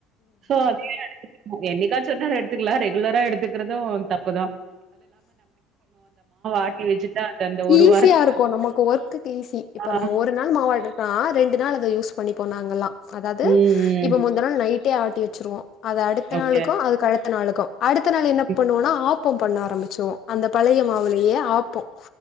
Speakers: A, on the right; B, on the left.
A: சோ அதுயே எடுத்து என்னைக்காச்சி ஒரு நாள் எடுத்துக்கலாம் ரெகுலரா எடுத்துக்கிறதும் தப்புதான் ஆட்டி வச்சுட்டா, அது அந்த ஒரு
B: ஈஸியா
A: வாரத்துக்கு
B: இருக்கும்
A: வந்து
B: நமக்கு ஒர்க்குக்கு ஈஸி இப்ப
A: ஆ
B: நம்ம ஒரு நாள் மாவட்டக்கா ரெண்டு நாள் அத யூஸ் பண்ணி போனாங்கல்லாம் அதாவது
A: ம், ம்.
B: இப்ப முந்த நாள் நைட் நைடே ஆட்டி வச்சுருவோம் அது அடுத்த
A: ஓகே.
B: நாளுக்கும் அ அடுத்த நாளுக்கு அடுத்த நாள் என்ன
A: ம்.
B: பண்ணுவம்னா ஆப் ஓப்பன் பண்ணா ஆரம்பிச்சோம் அந்த பழைய மாவுலயே ஆப்போம்